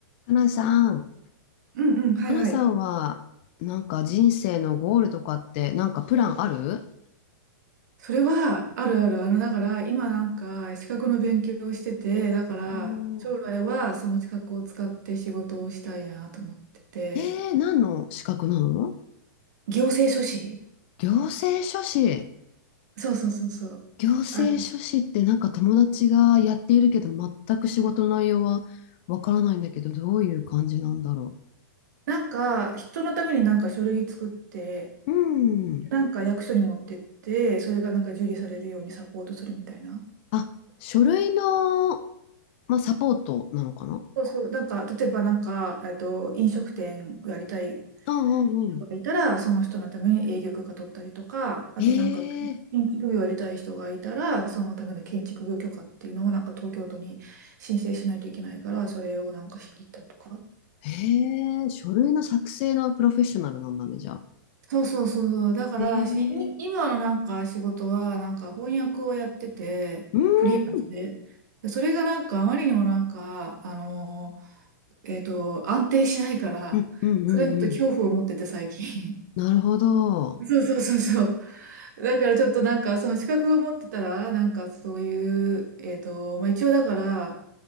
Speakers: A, on the left (about 35°); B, on the right (about 55°).
A: 花さん、
B: うんうん、はいはい。
A: 花さんは、なんか人生のゴールとかって、なんかプランある
B: それはあるある。あの、だから、今なんか資格の勉強をしてて、だから、
A: お
B: 将来はその資格を使って仕事をしたいなと思ってて。
A: ーえー、何の資格なの
B: 行政書士
A: 行政書士。
B: そうそうそうそう。
A: 行政書士ってなんか友達がやっているけど、
B: あ、
A: 全く仕事の内容はわからないんだけど、どういう感じなんだろ
B: なんか、人のためになんか書類作って、
A: う。うん。
B: なんか役所に持ってって、それがなんか受理されるようにサポートするみたいな。
A: あ、書類の、まあ、サポートなのかな
B: そうそう。なんか、例えばなんか、えっと、飲食店をやりたい
A: うんうんうん。
B: がいたら、その人のために営業許可取ったりとか、あとなんか建築業をやりたい人がいたら、
A: えー、
B: そのための建築業許可っていうのをなんか東京都に申請しないといけないから、それをなんかしに行ったりとか。
A: えー、書類の作成のプロフェッショナルなんだね、じゃあ。
B: そうそうそうそう。だから、
A: え
B: し、い今のなんか仕事はなんか翻訳をやってて、
A: ー。うーん、
B: で、それがなんかあまりにもなんか、あの、えっと、安定しないから、
A: うん、うん、
B: それにちょっと恐怖を持ってて最近。
A: うん、うん。なるほど。
B: <laughs> そうそうそうそう。だからちょっとなんかその資格を持ってたらなんかそういう、えっとまあ、一応だから